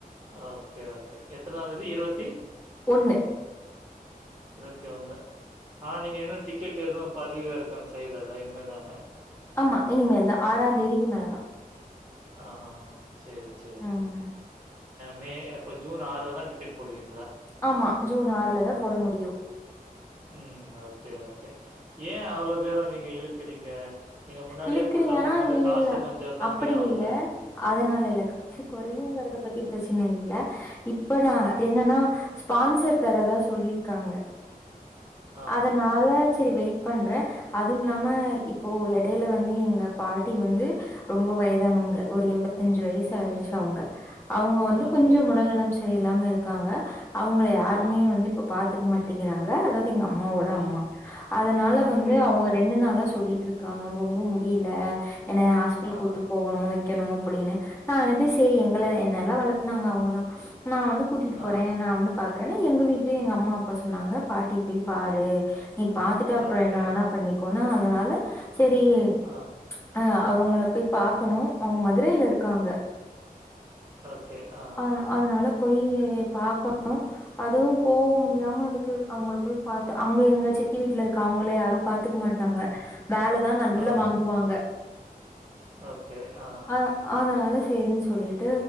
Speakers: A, on the right; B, on the left.
A: ஓகே ஓகே எத்தனாந் தேதி இருவத்தி
B: ஒண்ணு
A: இருபத்தி ஒண்ணு ஆஹ் நீங்க ஏதும் டிக்கெட் எதுவும் பதிவு இறக் கம் செய்லல்ல இனிமேதானே
B: ஆமா இனிமேல் தா ஆறாந் தேதிக்கு மேலதா
A: ஆஹ் சேரி சேரி
B: ம்
A: மே அப்போ ஜூன் ஆறுல தான் டிக்கெட் போடுவீங்க
B: ஆமா ஜூன் ஆறுல தான் போட முடியும்
A: உம் ஓகே ஓகே ஏன் அவ்ளோ தூரம் நீங்க இழுக்குறீங்க நீங்க முன்னாடியே
B: இழுக்கறீங்கன்னா
A: போட்டா உங்களுக்கு வந்து
B: இல்
A: காசு
B: இல்ல
A: கொஞ்சம் கம்மியாகும்ல?
B: அப்படி இல்ல அதனால இல்ல காசு குறையும்ங்கறத பத்தி பிரச்சன இல்ல இப்ப நா
A: ஆ,
B: என்னன்னா ஸ்பான்சர் தரதா சொல்லியிருக்காங்க
A: ஆ.
B: அதனால சரி வெயிட் பண்ற அதும் இல்லாம இப்போ எட் எடையில வந்து எங்க பாட்டி வந்து ரொம்ப வயதானவங்க ஒரு எம்பத்திஅஞ்சு வயசு ஆயிடுச்சு அவங்க அவங்க வந்து
A: ஓகே.
B: கொஞ்சம் உடல்நலம் சரியில்லாம இருக்காங்க அவங்கள யாருமே
A: ஆ,
B: வந்து இப்ப பாக் துங் மாட்டிங்கிறாங்க அதாது எங்க அம்மாவோட
A: ஆ.
B: அம்மா அதனால
A: ஓகே.
B: வந்து அவங்க ரெண்டு நாளா சொல்லிட் இருக் க்காங்க ரொம்ப முடியல என்னைய ஹாஸ்பிடல்
A: ஆஹா.
B: கூட்டு போகணு வைக்கணு அப்படினு நா அதது சரி எங்களை என்னெல்லாம் வளத்துனாங்க அவங்கதா நா வந்து கூட்டிட்டு
A: ஆ.
B: போறே நா வந்து பாக் கறேனு எங்க வீட்லயு எங்க அம்மா அப்பா சொன்னாங்க பாட்டி போய் பாரு நீ பாத்துட்டு அப்புற
A: ஓகே.
B: என்ன வேணா பண்ணிக்கோனா அதனால சரி
A: ஆ.
B: ச் அ அவங்கள போய் பாக்கணு அவங்க மதுரையில இருக்காங்க
A: ஓகே ஆ
B: அ அதனால போய் பாக்கணு அதுவு போவ முடியாமருக்கு அவங்கள போய் பாத்து அங்க எங்க சித்தி வீட்ல இருக்க அவங்கள யாரு பாத்துக்க மாட்டாங்க வேல தா நல்லா
A: ஓ!
B: வாங்குவாங்க
A: ஓகே. ஆ.
B: அ அதனால சேரின் சொல்லிட்டு